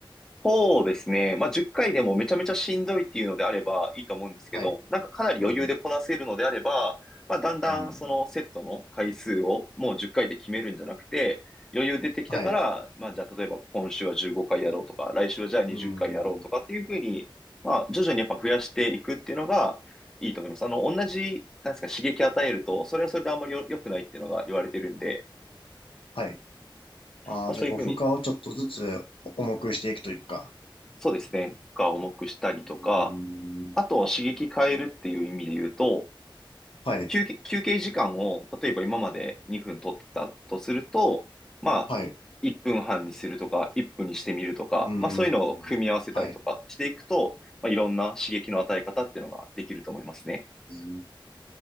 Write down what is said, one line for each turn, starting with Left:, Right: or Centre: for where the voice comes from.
Centre: そうですね。まあ、10回でもめちゃめちゃしんどいっていうのであればいいと思うんですけど、
Left: はい。
Centre: なんかかなり余裕でこなせるのであれば、
Left: うん。
Centre: まあ、だんだんそのセットの回数をもう10回で決めるんじゃなくて、
Left: うん。
Centre: 余裕出てきたから、
Left: はい。
Centre: まあ、じゃあ例えば今週は15回やろうとか、来週はじゃあ20回やろうとかっていうふうに、
Left: うん。
Centre: まあ、徐々にやっぱ増やしていくっていうのがいいと思います。あの、同じ、なんですか、刺激与えると、それはそれであんまりよ良くないっていうのが言われてるんで、
Left: はい。ああ、
Centre: まあ、そういうふうに、
Left: じゃあこう負荷をちょっとずつ重くしていくというか。
Centre: そうですね、負荷を重くしたりとか、
Left: うん。
Centre: あと、刺激変えるっていう意味で言うと、
Left: はい。
Centre: 休憩、休憩時間を、例えば今まで2分取ってたとすると、まあ、
Left: はい。
Centre: 1分半にするとか、1分にしてみるとか、
Left: うん。
Centre: まあそういうのを組み合わせたりとかしていくと、
Left: はい。
Centre: まあいろんな刺激の与え方っていうのができると思いますね。
Left: うん